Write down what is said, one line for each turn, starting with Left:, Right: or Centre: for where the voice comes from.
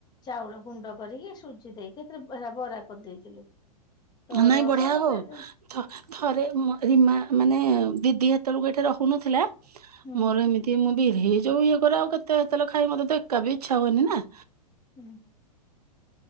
Left: ଚାଉଳ ଗୁଣ୍ଡ କରିକି ସୁଜି ଦେଇକି ଏଥିରେ ବରା କରିଦେଇଥିଲୁ। ତ
Right: ନାଇଁ ବଢିଆ
Left: ସମସ୍ତେ
Right: ହବ।
Left: ହୁଁ
Right: ଥ ଥରେ ରୀମା ମାନେ ଦିଦି ହେତବେଳକୁଏଠି ରହୁନଥିଲା।
Left: ହୁଁ
Right: ମୋର ଏମିତି ମୁଁ ବିରି ଯୋଉ ଇଏ କରଆଉ କେତେ ତେଲଖାଇ ମତେ ତଏକାବି ଇଛହୁଏନି ନା।
Left: ହୁଁ।